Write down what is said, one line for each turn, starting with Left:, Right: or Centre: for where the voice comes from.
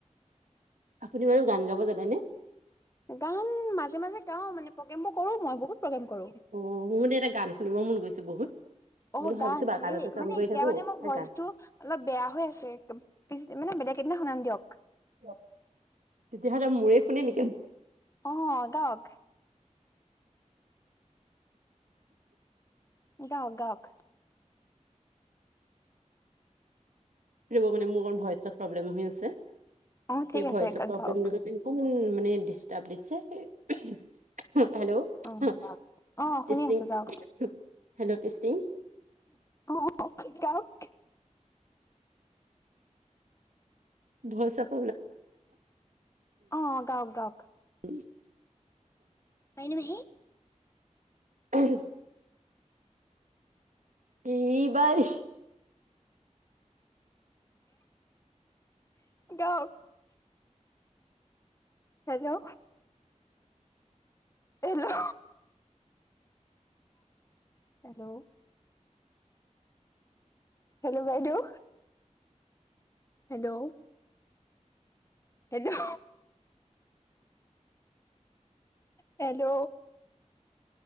Right: আপুনি বাৰু গান গাব জানেনে?
Left: গান মাজে মাজে গাও মানে প্ৰগ্ৰেম বোৰ কৰোঁ মই বহুত প্ৰগ্ৰেম কৰো
Right: অঁ মোৰ মানে এটা গান শুনিব মন গৈছে বহুত।
Left: অঁ
Right: বুলি
Left: গান
Right: ভাবিছো বা
Left: সেই
Right: কাণতে কাম
Left: মানে
Right: কৰি
Left: এতিয়া
Right: থাকো
Left: মানে মোৰ
Right: এটা
Left: ভইচটো
Right: গান
Left: অলপ বেয়া হৈ আছে একদম মানে - বেলেগ এদিনা শুনাম দিয়ক।
Right: অ তেতিয়াহ'লে মোৰে শুনে নেকি
Left: অহ গাৱক। গাৱক গাৱক।
Right: ধৰিব মানে মোৰ অকণ ভইচত প্ৰব্লেম হৈ আছে।
Left: অ, ঠিক
Right: সেই
Left: আছে
Right: ভইচৰ প্ৰব্লেমটো
Left: গাওক।
Right: অকমান মানে ডিষ্টাৰ্ব দিছে। উমহ। হো হেল্ল
Left: অ,
Right: হো
Left: গাওক। অ, শুনি
Right: টিষ্টিং,
Left: আছো গাওক
Right: হো হেল্ল টিষ্টিং।
Left: অঁ কওঁক।
Right: ভয় চাপ
Left: অ, গাওক গাওক
Right: <unintelligible>
Left: মাইনু মাহি।
Right: উ। কিবাৰ-
Left: দক। Hello hello. হেল্ল'। হেল্ল' বাইদেউ, হেল্ল'। সেইটো। হেল্ল'।